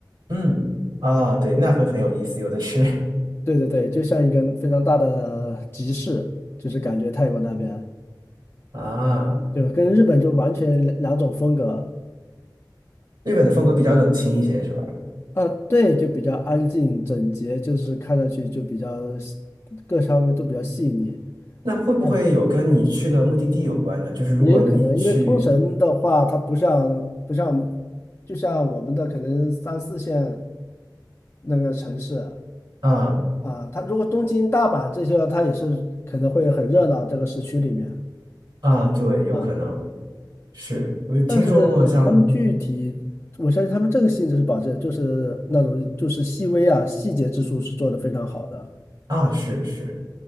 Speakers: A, on the right (about 75°); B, on the left (about 35°).
A: 嗯，啊，对，那会很有意思，有的吃
B: 对对对，就像一个非常大的集市，就是感觉泰国那边
A: <laughs> 啊。
B: 就是跟日本就完全两两种风格。
A: 日本的风格比较冷清一些，是吧？
B: 啊，对，就比较安静整洁，就是看上去就比较细各方面都比较细腻。
A: 那会不会有跟你去的目的地有关的？
B: 嗯
A: 就是如果你去
B: 也有可能，因为冲绳的话，它不像不像，就像我们的可能三四线那个城市
A: 啊
B: 啊，它如果东京、大阪这些，它也是可能会很热闹这个市区里面
A: 啊，对，有可能
B: 啊，
A: 是，
B: 嗯，
A: 我就听说过像
B: 但是他们具体，我相信他们这个性质是保证，就是那种就是细微啊细节之处是做得非常好的，
A: 啊，是是